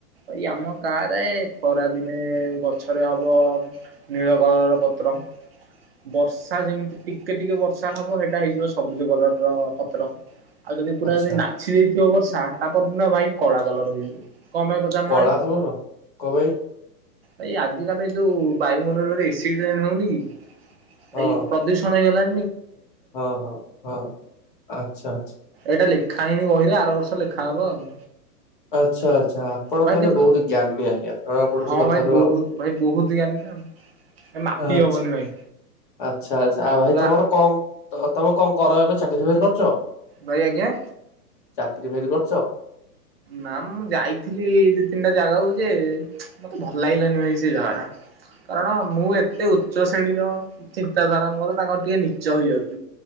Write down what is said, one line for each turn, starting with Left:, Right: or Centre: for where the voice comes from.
Right: ଏଇ ଆମ ଗାଁରେ ଖରାଦିନେ ଗଛରେ ହବ ନୀଳ କଲରର ପତ୍ର। ବର୍ଷା ଯେମିତି ଟିକେ ଟିକେ ବର୍ଷା ହବ ସେଇଟା ହେଇଯିବ ସବୁଜ କଲର ର ପତ୍ର ଆଉ ଯଦି ପୁରା
Left: ଆଚ୍ଛା
Right: ଯଦି ନାଛି ଦେଇଥିବ ବର୍ଷା ତା ପରଦିନ ଭାଇ କଳା କଲର ହେଇଯିବ କଣ ପାଇଁ? ପଚାରୁନ
Left: କଳା
Right: ଭାଇ?
Left: କଲର କଣ ଭାଇ?
Right: ଏଇ ଆଜିକାଲି ଏ ଯୋଉ ବାୟୁମଣ୍ଡଳରେ ଏସିଡ ରେନ୍ ହଉନି କି
Left: ହଁ
Right: ଏଇ ପ୍ରଦୂଷଣ ହେଇଗଲା
Left: ହଁ ହଁ ହଁ ଆଚ୍ଛା ଆଚ୍ଛା।
Right: ଏଇଟା ଲେଖା ହେଇନି ବହିରେ ଆର ବର୍ଷ ଲେଖାହବ ଆଉ।
Left: ଆଚ୍ଛା ଆଚ୍ଛା ଆପଣ
Right: ଭାଇ
Left: ତାହେଲେ
Right: କିନ୍ତୁ
Left: ବହୁତୁ ଜ୍ଞାନୀ ଆଜ୍ଞା ଜଣା ପଡୁଛି
Right: ହଁ
Left: କଥାରୁ
Right: ଭାଇ ବହୁତ
Left: ଆଉ।
Right: ଭାଇ ବହୁତ ଜ୍ଞାନୀ ନା ମ ଏ ମାପି
Left: ଆଚ୍ଛା।
Right: ହବନି ଭାଇ।
Left: ଆଚ୍ଛା ଆଚ୍ଛା ଆଉ ଭାଇ
Right: ବା
Left: ତମର କଣ ତ-ତମେ କଣ କର ଏବେ ଚାକିରି ବାକିରି କରୁଛ?
Right: ଭାଇ ଆଜ୍ଞା।
Left: ଚାକିରି ବାକିରି କରୁଛ?
Right: ନା ମୁଁ ଯାଇଥିଲି ଏଇ ଦି ତିନିଟା ଜାଗା କୁ ଯେ ମତେ ଭଲ ଲାଗିଲାନି ଭାଇ ସେ ଜାଗା ଟା। କାରଣ ମୁଁ ଏତେ ଉଚ୍ଚ ଶ୍ରେଣୀର ଚିନ୍ତାଧାରା ମୋର ତାଙ୍କର ଟିକେ ନିଚ ହେଇଯାଉ